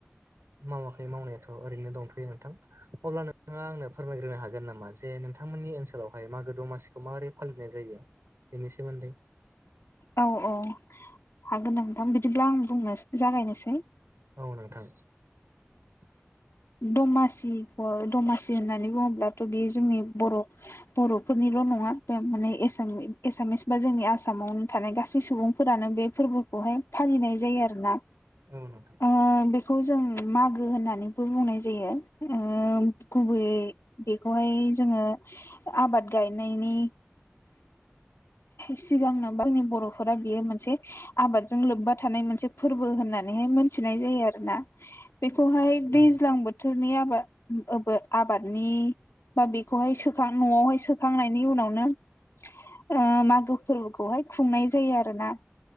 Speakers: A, on the right (about 90°); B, on the left (about 75°).
A: मावाखै मावनायाथ' ओरैनो दंथ'यो नोंथां। अब्ला नोंथाङा आंनो फोरमायग्रो हागोन नामा जे नोंथांमोननि ओनसोलावहाय मागो दमासिखौ माबोरै फालिनाय जायो बेनि सोमोन्दै।
B: औ-औ हागोन नांथां बिदिब्ला आं बुंनो जागायनोसै।
A: औ नोंथां। <inaudible>
B: दमासिखौ दमासि होननानै बुङोब्लाथ' बे जोंनि बर' बर'फोरनिल' नङा माने बे एसा एसामिस बा जोंनि आसामावनो थानाय गासै सुबुं फोरानो बे फोरबोखौहाय फालिनाय जायो आरोना
A: औ नोंथां
B: ओ बेखौ जों मागो होननानैबो बुंनाय जायो ओ गुबैयै बेखौहाय जोंङो आबाद गाय नायनि सिगांनो बा जोंनि बर'फोरा बियो मोनसे आबादजों लोब्बा थानाय मोनसे फोरबो होननानैहाय मोनथिनाय जायो आरो ना बेखौहाय दैज्लां
A: औ
B: बोथोरनि आबाद ओबो आबादनि बा बेखौहाय सोखां न'आवहाय सोखांनायनि उनावनो ओ मागो फोरबोखौहाय खुंनाय जायो आरो ना।